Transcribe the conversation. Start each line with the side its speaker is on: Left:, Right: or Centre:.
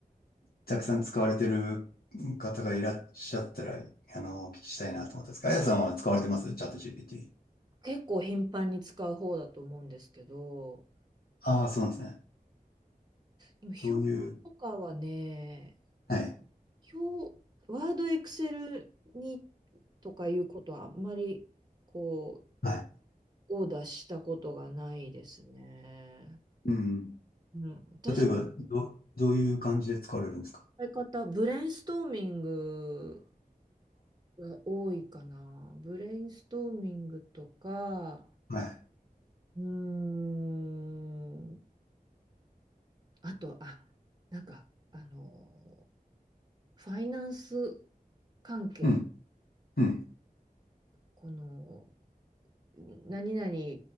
Left: たくさん使われてる方がいらっしゃったら、あの、お聞きしたいなと思ったんですが、あやさんは使われてますチャット GPT。
Right: 結構頻繁に使う方だと思うんですけど
Left: ああ、そうなんですね。
Right: でも表とかはね、
Left: どういう、はい、
Right: 表、ワード、エクセルにとかいうことはあんまりこ
Left: はい。
Right: う、オーダーしたことがないですね。
Left: うん。
Right: うん、私
Left: 例えば、ど、どういう感じで使われるんですか
Right: のやり方、ブレインストーミングが多いかな。ブレインストーミングとか、
Left: はい。
Right: うーん、あと、あ、なんか、あの、ファイナンス関係、
Left: うん、うん、
Right: この、何々